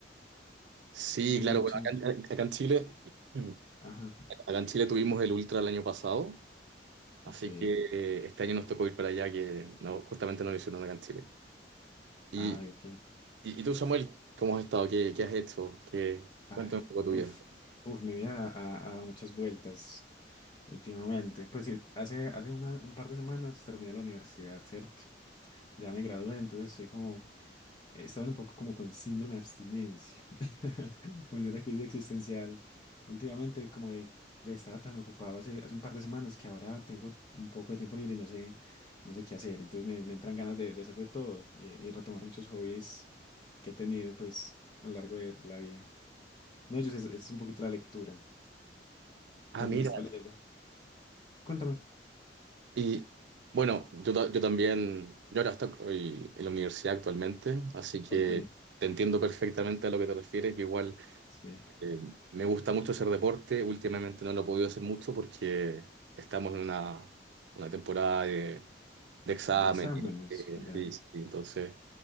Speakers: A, on the right (about 75°); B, on the left (about 25°).
A: Sí,
B: muy
A: claro,
B: buena
A: bueno,
B: opción.
A: acá en acá en Chile.
B: Sí.
A: <clears throat>
B: Ajá,
A: Acá en Chile tuvimos el Ultra el año pasado, así
B: ok.
A: que eh, este año nos tocó ir para allá, que no, justamente no lo hicieron acá en Chile. Y,
B: Ay, ok.
A: y, y tú, Samuel, ¿cómo has estado? ¿Qué, qué has hecho? ¿Qué,
B: Ay,
A: cuéntame un poco tu
B: uf,
A: vida.
B: uf, mi vida ha, ha dado muchas vueltas últimamente. Pues sí, hace, hace una- un par de semanas terminé la universidad, ¿cierto? Ya me gradué, entonces estoy como eh, Estaban un poco como con síndrome de abstinencia, <laughs> como en una crisis existencial. Últimamente, como de, ve, estaba tan ocupado hace, hace un par de semanas que ahora tengo un poco de tiempo libre y no sé, no sé qué hacer. Entonces me, me entran ganas de, de hacer de todo y, y retomar muchos hobbies que he tenido, pues, a lo largo de, de la vida. no ellos es, es un poquito la lectura,
A: Ah,
B: ¿cierto?
A: mira.
B: Me estaba leyendo. Cuéntame.
A: Y bueno, yo, ta- yo también, yo ahora estoy en la universidad actualmente, así que
B: Ok,
A: te entiendo perfectamente a lo que te refieres, que igual...
B: sí.
A: Eh, me gusta mucho hacer deporte. Últimamente no lo he podido hacer mucho porque estamos en una, una temporada de, de exámenes.
B: De exámenes,
A: de-
B: ya.
A: sí, sí, entonces